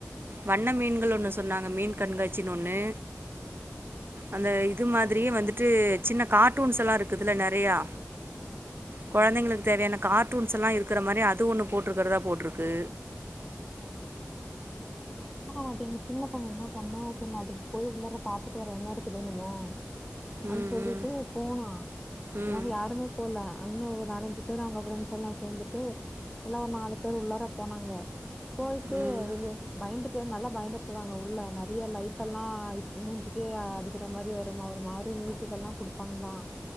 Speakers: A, on the right; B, in the centre.
A: வண்ண மீன்கள் ஒன்னு சொன்னாங்க மீன் கண்காட்சின் ஒன்னு
B: <inaudible>
A: அந்த இது மாதிரியே வந்துட்டு சின்ன கார்ட்டூன்ஸ்ல்லா இருக்குதுல நெறையா
B: ம்
A: கொழந்தைங்களுக் தேவையான கார்ட்டூன்ஸல்லா இருக்கற மாரி அது ஒண்ணு போட்டுருக்குறதா போட்டுருக்கு
B: <inaudible> அதா பாத்தே எங்க சின்ன பைய என்ன பண்ணா சேரி அதுக் போய் உள்ளாற பாத்துட்டு வர என்னாருக்குது என்னமோ அன்
A: ம்
B: சொல்லிட்டு போனா
A: ம்
B: யங் யாருமே போல அங்க ஒரு நாலஞ்சு பேர் அங்க ஃப்ரெண்ட்ஸ் எல்லா சேந்துட்டு எல்லா ஒரு நாலு பேர் உள்ளாற போனாங்க போய்ட்டு
A: ம்
B: வெளியே பயந்துட்டு நல்லா பயந்துருக்குறாங்க உள்ள நெறையா லைடெல்லா அ மூஞ்சிக்கே அடிக் கிற மாரி வருமா ஒரு மாரி மியூசிக்கல்லா குடுப்பாங்மா